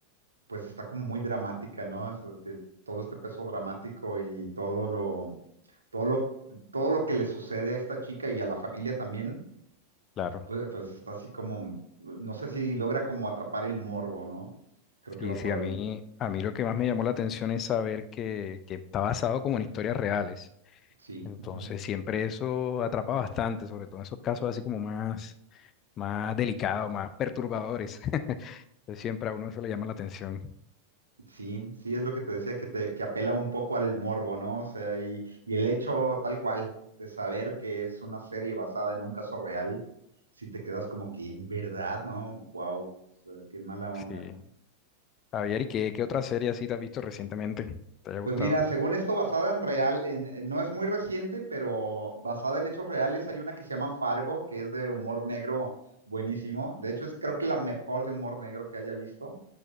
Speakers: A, on the right; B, on the left.
A: pues está como muy dramática, ¿no? O sea, te- todo este peso dramático y todo lo, todo lo, todo lo que le sucede a esta chica y a la familia también,
B: claro.
A: pues, pues está así como, no sé si logra como atrapar el morbo, ¿no? Creo que
B: Sí,
A: va
B: sí,
A: por
B: a
A: ahí.
B: mí, a mí lo que más me llamó la atención es saber que, que está basado como en historias reales.
A: Sí,
B: Entonces
A: ujú.
B: siempre eso atrapa bastante, sobre todo en esos casos así como más, más delicados, más perturbadores. <laughs> Entonces siempre a uno eso le llama la atención.
A: Sí, sí, es lo que te decía, que, te, que apela un poco al morbo, ¿no? O sea, y, y el hecho tal cual de saber que es una serie basada en un caso real, si te quedas como que en verdad, ¿no? Wow, o sea, qué mala onda.
B: Sí. Javier, ¿y qué, qué otra serie así te has visto recientemente? ¿Te haya gustado?
A: Pues mira, según esto, basada en real, en- en- no es muy reciente, pero basada en hechos reales, hay una que se llama Fargo, que es de humor negro buenísimo. De hecho, es creo que la mejor de humor negro que haya visto,